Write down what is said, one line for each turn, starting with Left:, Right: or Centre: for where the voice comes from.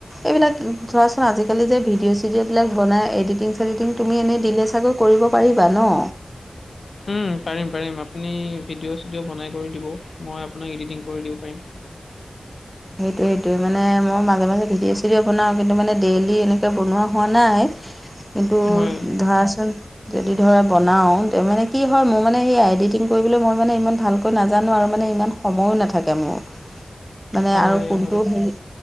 Centre: এইবিলাক ধৰাচোন আজিকালি যে ভিডিঅ' চিডঅবিলাক বনাই এডিটিং চিডিটিং তুমি এনেই দিলে চাগৈ কৰিব পাৰিবা ন
Left: উম পাৰিম পাৰিম আপুনি ভিডিঅ' চিডিঅ' বনাই কৰি দিব মই আপোনাক এডিটিং কৰি দিব পাৰিম
Centre: সেইটোৱে সেইটোৱে মানে মই মাজে মাজে ভিডিঅ' চিডিঅ' বনাওঁ কিন্তু মানে ডেইলি এনেকৈ বনোৱা হোৱা নাই এইটো
Left: হয়,
Centre: ধৰাচোন যদি ধৰা বনাওঁ মানে কি হয় মোৰ মানে সেই এডিটিং কৰিবলৈ মই মানে ইমান ভালকৈ নাজানো আৰু মানে ইমান সময়ো নাথাকে মোৰ মানে
Left: হয়,
Centre: আৰু ফোনটো
Left: হয়।
Centre: হেৰি